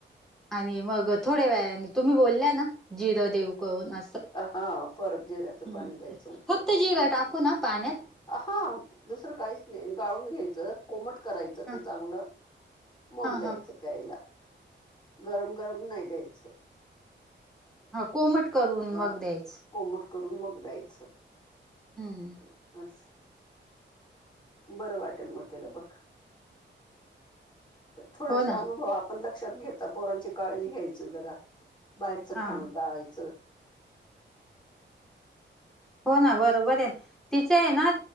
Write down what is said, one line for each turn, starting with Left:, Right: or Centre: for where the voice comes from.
Centre: आणि मग थोड्या वया आणि तुम्ही बोलल्या ना जीर देेऊ करून असं
Left: हा पर जे र्यातं
Centre: हम्म.
Left: पाणी द्यायच उकळून.
Centre: फक्त जिरं टाकू ना पाण्यात
Left: हा दुसरं काहीच नाही गाळून घ्यायचं. कोमट करायचं
Centre: ह
Left: ते चांगलं मग
Centre: हा
Left: द्यायचं
Centre: हा.
Left: प्यायला. गरम गरम नाही देच.
Centre: हा कोमट करून
Left: हा
Centre: मग द्यायच.
Left: कोमट करून मग जा्यायचं.
Centre: हम्म.
Left: ह बरं वाटेल मग त्याला बघ. थोडेसे
Centre: हो ना
Left: अनुभव आपण लक्षात घेता पोरांची काळजी घ्यायची जरा. बाहेरचं
Centre: हा.
Left: खाणून टाळायचं.
Centre: हो ना बरोबर आहे त ना